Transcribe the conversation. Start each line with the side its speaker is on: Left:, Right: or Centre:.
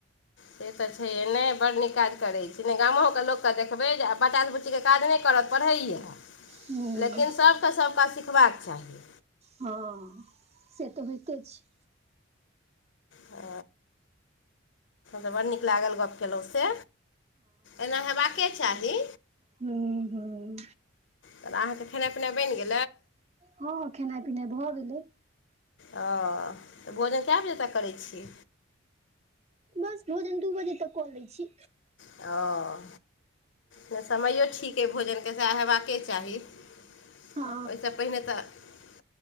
Left: से तऽ छैहे ने बड़ नीक काज करै नहि गामोके लोककेँ देखबै जे आब बचा बुच्चीके काज नहि करत पढ़ैये
Right: हूँ
Left: लेकिन सभके सभ काज सिखबाक चाही
Right: हँ से तऽ होइते छै
Left: ओ तऽ बड़ नीक लागल गप्प केलहुँ से एना हयबाके चाही
Right: ह्म हूँ
Left: तहन अहाँके खेनाइ पिनाइ बनि गेल
Right: हँ खेनाइ पिनाइ भऽ गेलै
Left: ओ तऽ भोजन कए बजे तक करै छी
Right: बस भोजन दू बजे तक कऽ लै छी
Left: ओ नहि समयो ठीक अइ भोजनके सएह हेबाके चाही ओहिसँ
Right: हँ
Left: पहिने तऽ